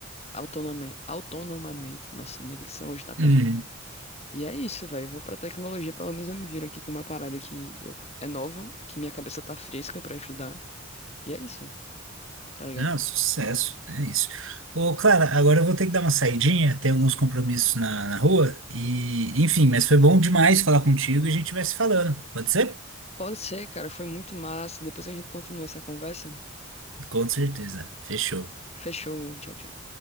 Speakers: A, on the left (about 30°); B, on the right (about 65°).
A: autonoma- autonomamente. Nossa, minha dicção hoje tá terrível.
B: uhum.
A: E é isso, velho. Eu vou pra tecnologia, pelo menos eu me viro aqui com uma parada que eu, é nova, que minha cabeça tá fresca pra estudar. E é isso, tá ligado?
B: Não, sucesso, é isso. Ô, Clara, agora eu vou ter que dar uma saidinha, tem alguns compromissos na, na rua, e enfim, mas foi bom demais falar contigo e a gente vai se falando, pode ser?
A: Pode ser, cara. Foi muito massa. Depois a gente continua essa conversa.
B: Com certeza. Fechou. Tchau.
A: Fechou. Tchau, tchau.